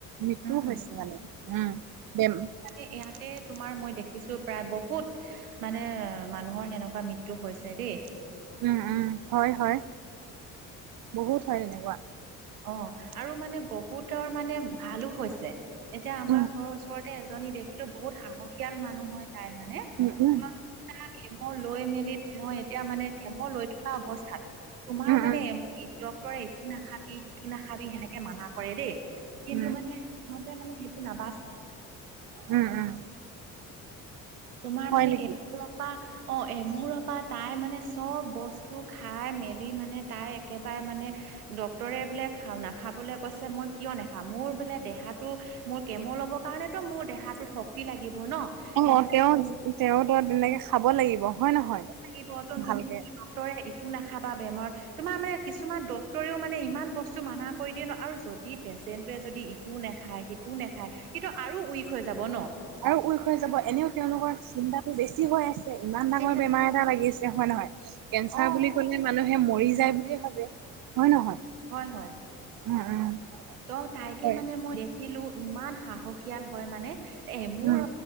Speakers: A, on the right; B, on the right.
A: মৃত্যু
B: উম
A: হৈছে মানে উম, বে
B: এ ইয়াতে তোমাৰ মই দেখিছো প্ৰায় বহুত মানে মানুহৰ সেনেকুৱা মৃত্যু হৈছে দেই।
A: উম উম, হয় হয়, বহুত হয় তেনেকুৱা।
B: অ' আৰু মানে বহুতৰ মানে ভালো হৈছে এতিয়া আমাৰ
A: উম
B: ঘৰৰ ওচৰত তে এজনী দেখিলো বহুত সাহসীয়াল মানুহ হয় তাই মানে
A: উম উম
B: <unintelligible> তা কেম লৈ মেলি তেওঁ এতিয়া মানে কেম লৈ থকা অৱস্থাত তোমাৰ
A: উম
B: মানে
A: উম
B: এম ই ডক্তৰে এইটো নাখাবি সেইটো নাখাবি সেনেকে মানা কৰে দেই। কিন্তু
A: উম
B: মানে সিঁহতে মানে সেইটো নাবাচে।
A: উম, উম।
B: তোমাৰ
A: হয়
B: মানে এ
A: নেকি
B: <unintelligible> পৰা অঁ', এমোৰৰ পৰা তাই মানে চব বস্তু খাই মেলি মানে তাই একেবাৰে মানে ডক্তৰে বোলে খা নাখাবলৈ কৈছে মই কিয় নেখাম, মোৰ বোলে দেহাটো মোৰ কেম ল'ব কাৰণেতো মোৰ দেহাটোত শক্তি লাগিব ন।
A: অ',
B: সেনেকে
A: তেওঁ তেওঁতো তেনেকে খাব লাগিব। হয় নহয়
B: <unintelligible> লাগিব তুমি
A: ভালকে
B: ডক্তৰে ইটো নাখাবা বেমাৰত তোমাৰ মানে কিছুমান ডক্তৰেও মানে ইমান বস্তু মানা কৰি দিয়ে ন আৰু যদি পেচেণ্টোৱে যদি টো নেখায় সিটো নেখায় সিটো আৰু উইক হৈ যাব ন?
A: আৰু উইক হৈ যাব এনেও তেওঁলোকৰ চিন্তাটো বেছি হৈ আছ তে ইমান ডাঙৰ
B: চিন্তা
A: বেমাৰ এটা লাগিছে হয় নহয়? কেঞ্চাৰ
B: অ
A: বুলি ক'লে মানুহে মৰি যায় বুলিয়ে ভাবে হয় নহয়?
B: হয় হয়,
A: উম উম
B: ত' তাইকে
A: হয়
B: মানে মই দে খিলো ইমান সাহসীয়াল হয় মানে এ মোৰ
A: উম